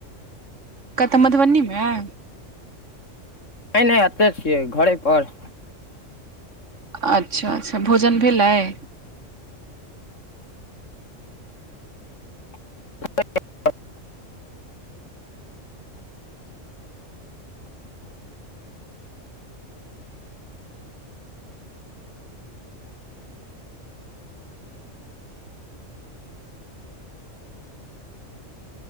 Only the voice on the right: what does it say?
कतऽ मधबनी मेँ?
अच्छा-अच्छा भोजन भेलैय?